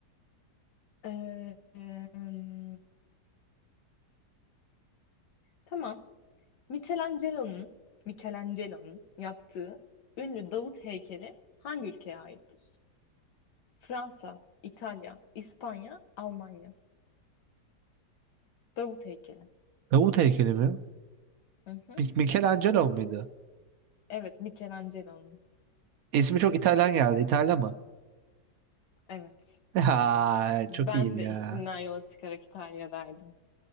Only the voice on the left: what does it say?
Ee, em, tamam. Michelangelo'nun Michelangelo'nun yaptığı ünlü Davut heykeli hangi ülkeye aittir? Fransa, İtalya, İspanya, Almanya. Davut heykeli.
Hı hı.
Evet, Michelangelo'nun.
Evet.
Ben
de isminden yola çıkarak İtalya derdim.